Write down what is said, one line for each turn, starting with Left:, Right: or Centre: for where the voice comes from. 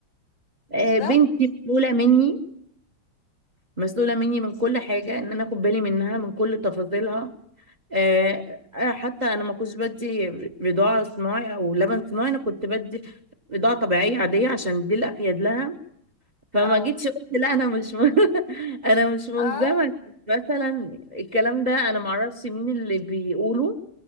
Right: آه،
Left: بالظبط
Right: بنتي مسؤوله مني مسؤوله مني من كل حاجه ان انا اخد بالي منها من كل تفاصيلها آه، آه، حتى انا ما كنتش بدي بضاعه صناعي او لبن صناعي انا كنت بدي بضاعه طبيعيه عاديه عشان دي الافيد لها فما
Left: اه
Right: جيتش قلت لا انا مش م... <laughs> انا مش ملزمه
Left: اه
Right: مثلا الكلام ده انا معرفش مين اللي بيقوله